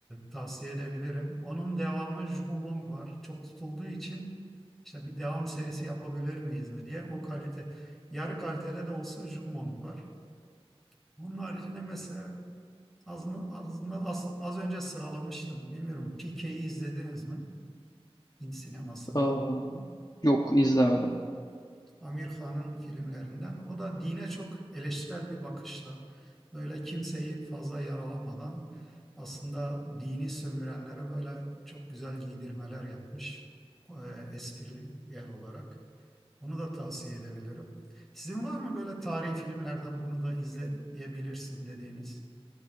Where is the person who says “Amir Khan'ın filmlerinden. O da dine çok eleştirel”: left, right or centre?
Centre